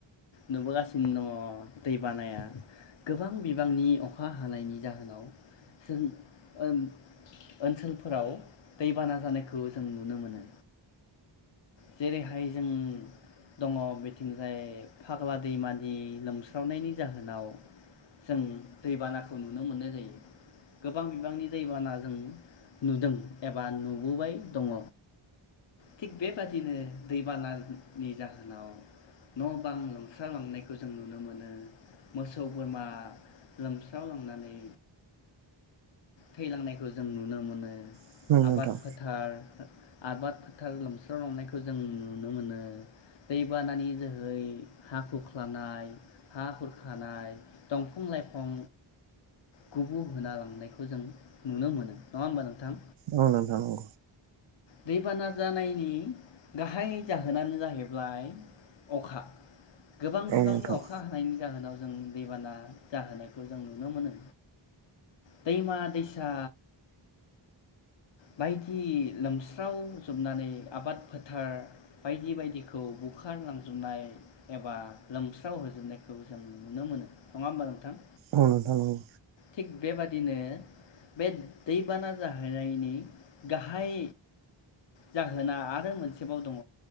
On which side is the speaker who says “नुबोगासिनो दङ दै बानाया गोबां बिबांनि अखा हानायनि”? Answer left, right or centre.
Left